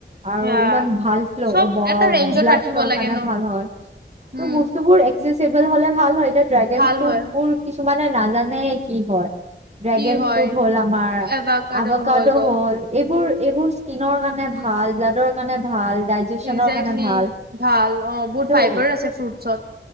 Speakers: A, on the right; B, on the right.
A: আৰু
B: এয়া
A: ইমান ভাল ফ্ল',
B: চব
A: ব্লাড
B: এটা ৰেঞ্জত ৰাখিব
A: ফ্ল'ৰ
B: লাগে
A: কাৰণে
B: ন
A: ভাল হয় ত
B: উম
A: বস্তুবোৰ, চেছিবোল হলে ভাল হয়। <unintelligible> এই ড্ৰেগন
B: ভাল
A: ফ্ৰুটবোৰ
B: হয়
A: কিছু মানে নাজানে কি হয় ড্ৰেগন
B: কি হয়
A: ফ্ৰুট হল
B: এভাকাডো
A: আভাকডো
B: হৈ গ'ল
A: হ'ল এই এইবোৰ -এইবোৰ স্কিনৰ কাৰণে
B: উম
A: ভাল, ব্লাডৰ কাৰণে ভাল, ডাইজেচনৰ
B: একজেক্টলি
A: কাৰণে ভাল, কিন্তু,
B: ভাল অ বহুত ফাইবাৰ আছে ফ্ৰুটছত